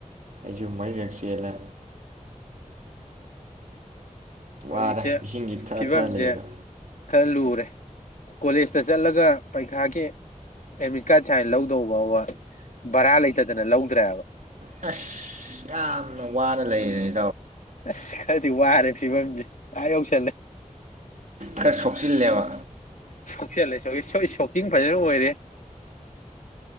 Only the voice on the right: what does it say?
ꯑꯩꯁꯨ ꯃꯩꯔꯤꯔꯛ ꯆꯦꯜꯂꯦ
ꯋꯥꯔꯦ ꯏꯁꯤꯡꯁꯤ ꯊꯛꯑ
ꯊꯛꯑ ꯂꯩꯕꯗ
ꯑꯁ ꯌꯥꯝꯅ ꯋꯥꯅ ꯂꯩꯔꯦ
ꯈꯔ ꯁꯣꯛꯆꯤꯜꯂꯦꯕ